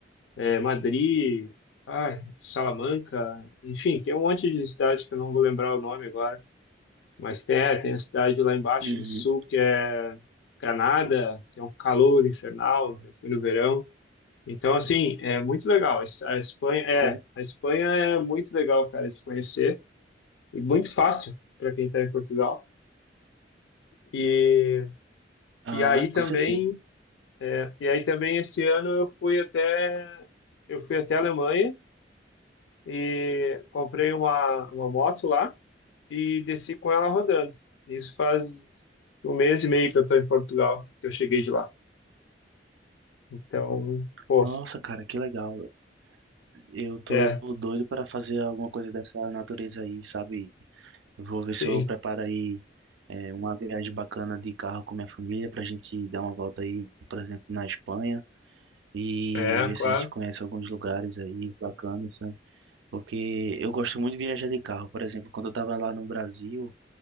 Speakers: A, on the left (about 80°); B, on the right (about 80°).
A: é, Madrid, ai, Salamanca, enfim, tem um monte de cidade que eu não vou lembrar o nome agora, mas tem, é, tem a cidade lá embaixo
B: Uhum.
A: no sul que é Granada, que é um calor infernal, eu fui no verão. Então, assim, é muito legal. A Espanha é,
B: Certo.
A: a Espanha é muito legal, cara, de conhecer e muito fácil para quem está em Portugal. E,
B: Ah,
A: e aí também
B: com certeza.
A: E aí também esse ano eu fui até eu fui até a Alemanha e comprei uma, uma moto lá e desci com ela rodando. Isso faz um mês e meio que eu estou em Portugal, que eu cheguei de lá. Então, pô,
B: Nossa, cara, que legal. Eu tô
A: é,
B: doido para fazer alguma coisa dessa natureza aí, sabe? Eu Vou ver
A: sim,
B: se eu preparo aí é, uma viagem bacana de carro com minha família pra gente dar uma volta aí, por exemplo, na Espanha e
A: é,
B: ver
A: claro,
B: se a gente conhece alguns lugares aí bacanas, sabe? Porque eu gosto muito de viajar de carro. Por exemplo, quando eu estava lá no Brasil,